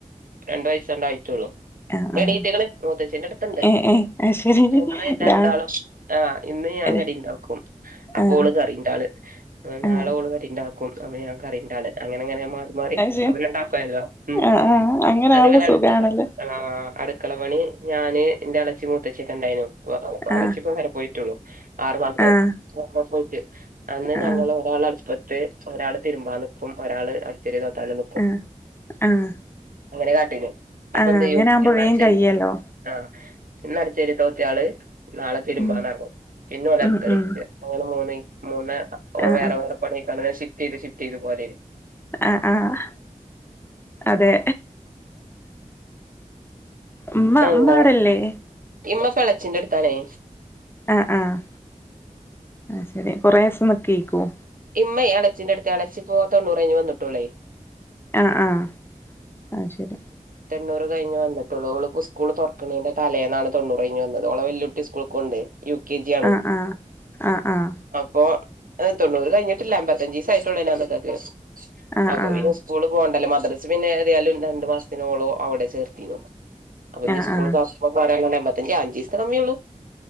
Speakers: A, on the right; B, on the left.
A: രണ്ടു വയസ്സ് ആണ്ട് ആയിട്ടുള്ളൂ.
B: ആഹ് ആഹ്
A: എണീറ്റ്ക്ക്ണ് മൂത്തച്ചിന്റെടുത്ത്ണ്ട്.
B: ഏഹ് ഏഹ് അത് ശരി
A: റ്റങ്ങള് രണ്ടാളും
B: രാ
A: ആ ഇന്ന് ഞാൻ
B: ആഹ്
A: കടിണ്ടാക്കും. അപ്പൊ
B: ആഹ്
A: ഓള് കറിണ്ടാള് ഏ.
B: അത്
A: നാളെ ഓള് കറിണ്ടാക്കും. അപ്പ ഞാൻ കറിണ്ടാള് അങ്ങനെ അങ്ങനെ മാറി മാറി
B: ശരി
A: അപ്പോ രണ്ടാക്കും ആയല്ലോ. ഉം
B: ആഹ് ആഹ് അങ്ങനെ
A: അത്ങ്ങനെ
B: ആവുമ്പോ സുഖാണല്ലോ
A: എടക്ക് ആഹ്, അട്ക്കള പണി ഞാന് ഇന്റെ എളച്ചിം മൂത്തച്ചിയൊക്കെണ്ടായിനു <unintelligible> എളച്ചിപ്പ
B: ആഹ്
A: വേറെ പോയിട്ടുള്ളൂ. ആറു മാസായി
B: ആഹ്
A: <unintelligible> അന്ന്
B: ആഹ്
A: ഞങ്ങള് ഒരാള് അട്പ്പ ത്ത്, ഒരാള് തിരുമ്പാ നിക്കും. ഒരാള് അടിച്ചേരി തോത്താനും നിക്
B: ആഹ് ആഹ്
A: അങ്ങനെ കാട്ടീനെ, അപ്പൊ
B: ആഹ്
A: എന്ത്
B: അങ്ങനെ
A: എയ്യും.
B: ആവുമ്പോ
A: ഇന്നട്ചേരി
B: വേഗം കഴിയല്ലോ
A: ആഹ് ഇന്ന് അട്ച്ചേരി തോത്തിയാള് നാളെ തിരുമ്പാനെറങ്ങും.
B: ഉം
A: പിന്നെ ഓല് അട്ക്കളീക്ക്
B: ഉം ഉം
A: അങ്ങനെ മൂന്ന് മൂന്ന്‌
B: ആഹ്
A: വേറെ
B: ആഹ്
A: വേറെ പണിട്ക്കാന് അന്നെ ഷിഫ്റ്റയ്ത് ഷിഫ്റ്റയ്ത് പോലെനി.
B: ആഹ് ആഹ് അതെ. ഇമ്മ
A: എന്താ
B: ഇമ്മ അവ്ടല്ലേ?
A: ഇമ്മ ഇപ്പ എളച്ചിന്റെട്ത്താണേ.
B: ആഹ് ആഹ് അത് ശരി കുറേസം നിക്കുയ്ക്കും.
A: ഇമ്മയ് എളച്ചിന്റെ അടുത്ത, എളച്ചിപ്പം തൊണ്ണൂറയിഞ്ഞ് വന്നിട്ടൂള്ളേ.
B: ആഹ് ആഹ് അത് ശരി.
A: തൊണ്ണൂറു കഴിഞ് വന്നിട്ടുള്ളൂ. ഓള്പ്പൊ ഉസ്കൂള് തൊറക്ക്ണീന്റെ തലേന്നാണ് തൊണ്ണൂറ് കഴിഞ് വന്നത്. ഓളെ വല്യുട്ടി സ്കൂൾക് പോവ്ണ്ടേ. യു കെ ജി ആണ്.
B: ആഹ് ആഹ് ആഹ് ആഹ്
A: അപ്പോ ഏഹ് തൊണ്ണൂറ് ഇതഴിഞ്ഞിട്ടില്ല അമ്പത്തഞ്ചിസായിട്ടൊള്ളു അന്നക്കക്ക്
B: ആഹ്
A: അപ്പൊ
B: ആഹ്
A: പിന്നെ സ്കൂള് പോവണ്ടല്ലോ മദ്രസ് പിന്നെ ഏതായാലും രണ്ടു മാസത്തിനോള് അവിടെ ചേർത്തിണ്. അപ്പൊഞ്ഞ്
B: ആഹ്
A: സ്കൂള്
B: ആഹ്
A: തുറക്കുമ്പോ പോരങ്ങനെ എമ്പത്തഞ്ചാ അഞ്ചിസെത്തെ കമ്മിയൊള്ളു.